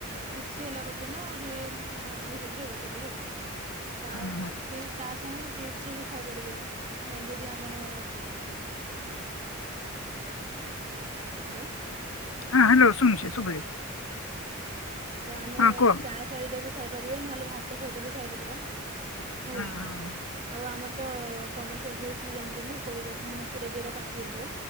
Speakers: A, on the right; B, on the left.
A: କ୍ରିସ୍ପି ହେଲା ପର୍ଯ୍ୟନ୍ତ ଟିକେ ଭାଜିବେ ସେଥିରୁ ଆ ତେଲରେ ଆଉ। ତା
B: ହଁ
A: ସେ ତା ସହ ଚିପ୍ସରେ ବି ଖାଇପାରିବେ, ନାଇଁ ଯଦି ଆମର ହାଲୋ।
B: ହଁ ହାଲୋ <inaudible>
A: ତ ଆମେ
B: କୁହ
A: ଚା ସହିତ ବି ଖାଇପାରିବା, ନହେଲେ ଭାତ ସହିତ ବି ଖାଇପାରିବା। ହୁଏ
B: ହଁ
A: ଏମିତି।
B: ହଁ
A: ଆଉ ଆମର ତ ପଣସ ଜୁସ୍ ବି ଜାଣିଚନ୍ତି <unintelligible> ମାନେ ପୁରା ଜୋଉରା ପାଚିଯାଇଥିବ